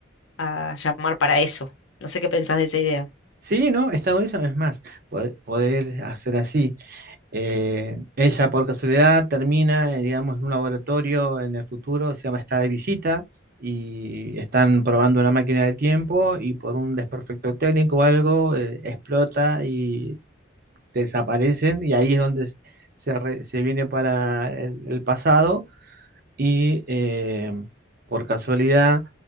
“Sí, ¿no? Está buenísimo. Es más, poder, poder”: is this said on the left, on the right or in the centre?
Right